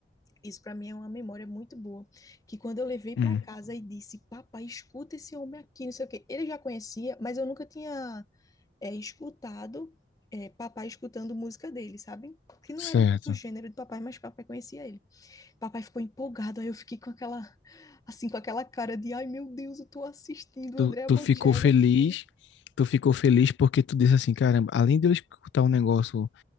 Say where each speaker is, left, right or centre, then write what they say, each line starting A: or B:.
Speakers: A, on the left; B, on the left.
A: isso para mim é uma memória muito boa, que quando eu levei para
B: hum.
A: casa e disse, papai, escuta esse homem aqui, não sei o quê. Ele já conhecia, mas eu nunca tinha é, escutado é, papai escutando música dele, sabe? Que não
B: Certo.
A: era muito o gênero de papai, mas papai conhecia ele. Papai ficou empolgado, aí eu fiquei com aquela, assim, com aquela cara de, ai meu Deus, eu tô assistindo
B: Tu,
A: Andrea
B: tu
A: Bocelli
B: ficou feliz,
A: aqui.
B: tu ficou feliz porque tu disse assim, caramba, além de eu escutar um negócio